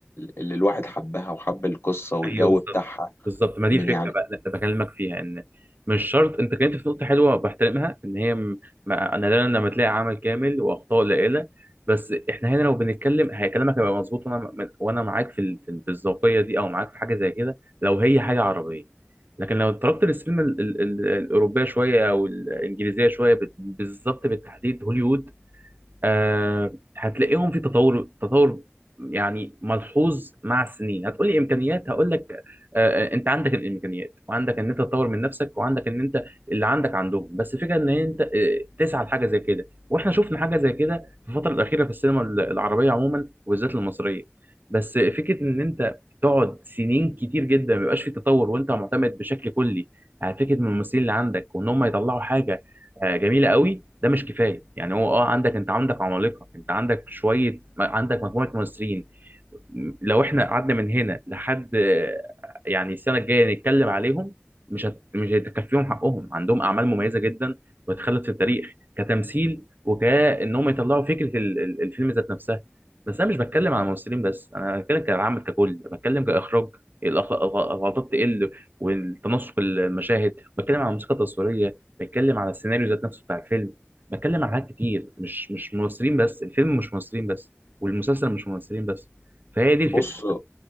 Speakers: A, on the left; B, on the right.
A: اللي الواحد حبها وحب القصة والجو
B: ايوه بالظبط
A: بتاعها
B: بالظبط ما دي
A: من
B: الفكره
A: يعني
B: بقى اللي بكلمك فيها ان مش شرط انت كلمت في نقطه حلوه بحترمها ان هي م... ما... انا لما تلاقي عمل كامل واخطاء قليله بس احنا هنا لو بنتكلم هي كلامك هيبقى مظبوط وانا م- وانا معاك في ال... في ال- في الذوقيه دي او معاك في حاجه زي كده لو هي حاجه عربيه لكن لو اتطرقت للسينما ال... ال... ال- الاوروبيه شويه او الانجليزيه شويه بال- بالظبط بالتحديد هوليوود آه هتلاقيهم في تطور تطور يعني ملحوظ مع السنين هتقولي امكانيات هقول لك آه آه، انت عندك الامكانيات وعندك ان انت تطور من نفسك وعندك ان انت اللي عندك عندهم بس الفكره ان انت آه، تسعى لحاجه زي كده واحنا شفنا حاجه زي كده في الفتره الاخيره في السينما ال- العربيه عموما وبالذات المصريه بس فكره ان انت تقعد سنين كتير جدا ما بيبقاش في تطور وانت معتمد بشكل كلي على فكره من الممثلين اللي عندك وان هم يطلعوا حاجه آه، جميله قوي ده مش كفايه يعني هو اه عندك انت عندك عمالقه انت عندك شويه عندك مجموعه ممثلين لو احنا قعدنا من هنا لحد آه، يعني السنه الجايه نتكلم عليهم مش هت... مش هيتكفيهم حقهم عندهم اعمال مميزه جدا وتخلد في التاريخ كتمثيل وكانهم يطلعوا فكره ال- ال- الفيلم ذات نفسها بس انا مش بتكلم على الممثلين بس انا بتكلم كعامة ككل بتكلم كاخراج الأخ- الغلطات تقل والتناسق المشاهد بتكلم على الموسيقى التصويريه بتكلم على السيناريو ذات نفسه بتاع الفيلم بتكلم على حاجات كتير مش مش ممثلين بس الفيلم مش ممثلين بس والمسلسل مش ممثلين بس فهي دي الفكره
A: بص